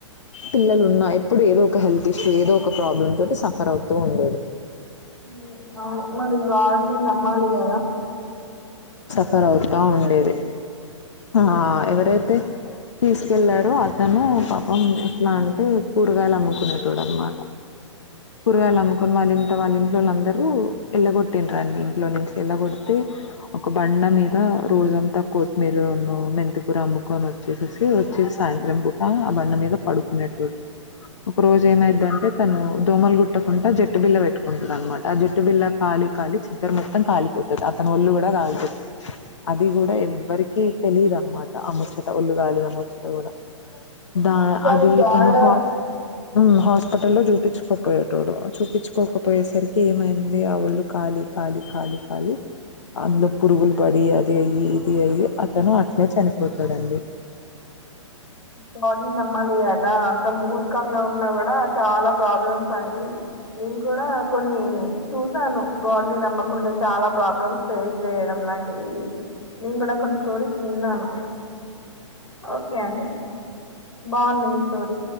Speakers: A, on the left; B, on the left.
A: పిల్లలున్నా ఎప్పుడూ ఏదో ఒక హెల్త్ ఇష్యూ ఏదో ఒక ప్రాబ్లమ్ తోటి సఫర్ అవుతూ ఉండేది
B: ఉమ్ అవును మరి గాడ్ ని నమ్మాలి కదా
A: కర అవుతా ఉండేది ఆ ఎవరైయితే తీసుకెళ్లారో అతను పాపం ఎట్లా అంటే కూరగాయలు అమ్ముకునేటోడు అనమాట కూరగాయలు అమ్ముకుని వాళ్ళింట వాళ్ళింట్లో వాళ్ళందరూ ఎల్లగొట్టిండ్రు ఆన్ని ఇంట్లో నుంచి ఎళ్లగొడితే ఒక బండ మీద రోజంతా కోత్ <unintelligible> మి జు నూ మెంతికూర అమ్ముకొని వచ్చేసేసి చ్చి సాయంత్రం పూట ఆ బండ మీద పడుకునేట్టు ఒక రోజు ఏమైద్ది అంటే తను దోమలు గుడ్ ట్టకుంటా జట్టు బిల్ల పెట్టుకుంటది అనమాట ఆ జట్టు బిల్ల కాలి కాలి చద్దరు మొత్తం కాలిపోతది అతని ఒళ్ళు కూడా కాలిపో అది కూడా ఎవ్వరి కి తెలిదు అనమాట ఆ ముచ్చట ఒళ్ళుగాలిన ముచ్చట కూడా దా
B: ఇక
A: అది
B: గాడ్
A: తను హాట్ ఉమ్మ్ హాస్పిటల్లో చూపిచ్చుకోకపోయేటోడు చూపిచ్చుకోకపోయేసరికి ఏమైంది ఆ వొళ్ళు కాలి కాలి కాలి కాలి అందులో పురుగులు పడి అది అయ్యి ఇది అయ్యి అతను అట్లే చనిపోతాడండి
B: గగాడ్ ని నమ్మాలి కదా అంత మూర్ఖంగా ఉన్నా కూడా చాలా ప్రాబ్లమ్స్ అవి నేను కూడా కొన్ని చూసాను గాడ్ ని నమ్మకుంటే చాలా ప్రాబ్లమ్స్ ఫేస్ చేయడం లాంటిది నేను కూడా కొన్ని స్టోరీస్ విన్నాను ఓ ఓకే అండి బాగుంది మీ స్టోరీ